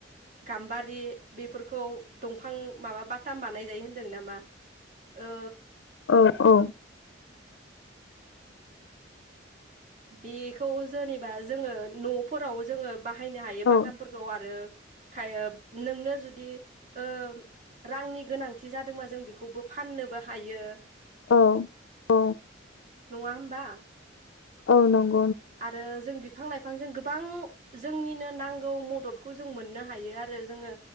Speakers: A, on the right (about 40°); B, on the left (about 75°).
A: गाम्बारि बेफोरखौ दंफां माबा बा ताम बानाय जायो होन दों नामा? ओ
B: औ औ
A: बेखौ जोनेबा जोङो न'फोराव जोङो। बाहायनो हायो
B: औ
A: बाथामफोरखौ आरो थायो नोंनो जुदि ओ रांनि गोनांथि जादोंबा जों बेखौबो फाननोबो हायो।
B: औ औ
A: नङा होमबा?
B: औ नंग
A: आरो जों बिफां लाइफांजों गोबां जोंनिनो नांगौ मददखौ जों मोननो हायो आ रो जोङो